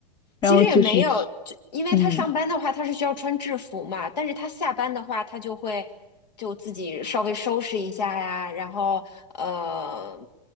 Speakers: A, on the left; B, on the left.
A: 其实也没有，
B: 然后就是去，
A: 就因为他上班的话，
B: 嗯
A: 他是需要穿制服嘛，但是他下班的话，他就会就自己稍微收拾一下呀，然后呃，